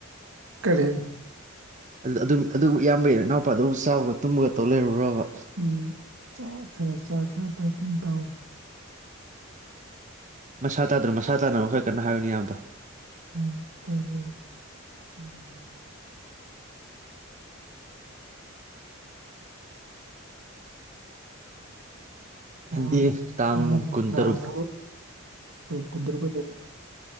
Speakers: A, on the right (about 70°); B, on the right (about 35°).
A: ꯀꯔꯤ
B: ꯑꯗꯨꯝ ꯑꯗꯨꯝ ꯏꯌꯥꯝꯕꯩ ꯏꯅꯥꯎꯄꯥꯗꯨꯕꯨ ꯆꯥꯕꯒ ꯇꯨꯝꯕꯒ ꯇꯧ ꯂꯩꯔꯕꯕ
A: ꯎꯝ ꯆꯥ ꯈꯔ ꯆꯥꯏ ꯈ ꯗꯥꯏꯇꯤꯡ ꯇꯧ
B: ꯃꯁꯥ ꯇꯥꯗ꯭ꯔꯣ ꯃꯁꯥ ꯇꯥꯅꯕ ꯈꯔ ꯀꯟꯅ ꯍꯥꯏꯌꯨꯅꯦ ꯏꯌꯥꯝꯕ
A: ꯑ ꯀꯔ <unintelligible> ꯅꯍꯥꯟ
B: ꯍꯥꯏꯗꯤ ꯇꯥꯡ
A: ꯅꯉꯣꯟ
B: ꯀꯨꯟꯇꯔꯨꯛ
A: ꯗꯥꯟ ꯊꯧ ꯀꯨꯟꯇꯔꯨꯛ ꯀꯩꯗꯧꯕ